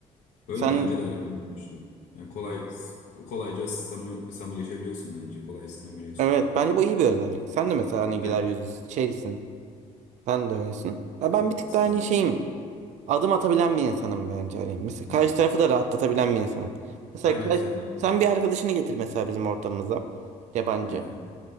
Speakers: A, on the left; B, on the right.
A: Öyle
B: Sen
A: bence de öyle ben de düşünüyorum. Yani kolay kolayca samimi, samileşebiliyorsun bence. Kolay ısınabiliyorsun.
B: Evet bence bu iyi bir özellik. Sen de mesela Nilgüler
A: Ben
B: Yüzüsü şeysin. Sen de öylesin. Ya ben bir tık
A: senin
B: daha hani şeyim. Adım atabilen bir insanım bence. Hani mesela
A: ha,
B: karşı tarafı da rahatlatabilen bir insanım. Mesela
A: aynen
B: karşı-
A: senin de
B: sen bir arkadaşını getir mesela bizim ortamımıza. Yabancı.
A: evet.